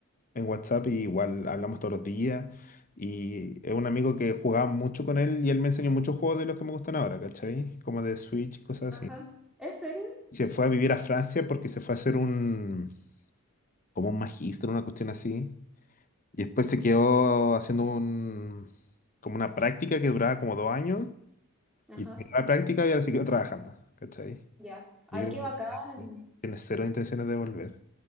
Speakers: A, on the left (about 35°); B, in the centre.
A: en WhatsApp y igual hablamos todos los días. Y es un amigo que jugaba mucho con él y él me enseñó muchos juegos de los que me gustan ahora, ¿cachai? Como de Switch y cosas
B: Ajá.
A: así.
B: ¿En serio?
A: Y se fue a vivir a Francia porque se fue a hacer un, como un magíster, una cuestión así. Y después se quedó haciendo un, como una práctica que duraba como dos años.
B: Ajá.
A: Y terminó la práctica y ahora se quedó trabajando, ¿cachai?
B: Ya. Ay,
A: Y creo
B: qué bacán.
A: que tiene cero intenciones de volver.